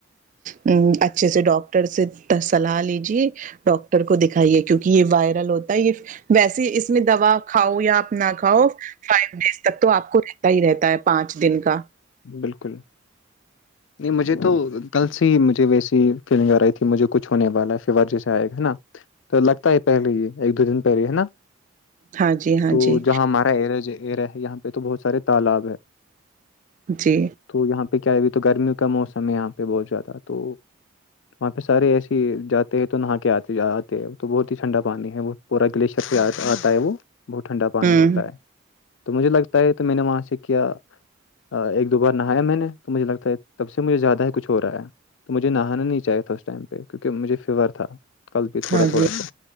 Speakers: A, on the right; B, on the left.
A: ہ اچھے سے ڈاکٹر سے صلاح لیجے ڈاکٹر کو دکھائیے کیونکہ یہ وائرل ہوتا ہے یہ ویسے اس میں دوا کھاؤ یا آپ نہ کھاؤ فائیو ڈیز تک تو آپ کو رہتا ہی رہتا ہے پانچ دن کا
B: بلکل نہیں مجھے تو کل سے ہی مجھے ویسی فیلنگ آ رہی تھی مجھے کچھ ہونے والا ہے فیور جیسے آئے گا ہے نا تو لگتا ہے پہلے ہی ایک دو دن پہلے ہے نا
A: ہاں جی ہاں
B: تو
A: جی
B: جہاں ہمارا ایریا ہے یہاں پہ تو بہت سارے تالاب ہے
A: جی
B: تو یہاں پہ کیا ہے ابھی تو گرمیوں کا موسم ہے یہاں پہ بہت زیادہ تو وہاں پہ سارے ایسے جاتے ہیں تو نہا کے آتے آتے ہے تو بہت ہی ٹھنڈا پانی ہے وہ پورا گلیشر پ آتا ہے وہ بہت ٹھنڈا پانی
A: ہوں
B: ہوتا ہے تو مجھے لگتا ہے تو میں نے وہاں سے کیا ایک دو بار نہایا میں نے تو مجھے لگتا ہے تب سے مجھے زیادہ ہی کچھ ہو رہا ہے تو مجھے نہانا نہیں چاہے تھا اس ٹائم پہ کیونکہ مجھے فیور تھا کل بھی تھوڑا
A: ہاں
B: تھوڑا
A: جی
B: سا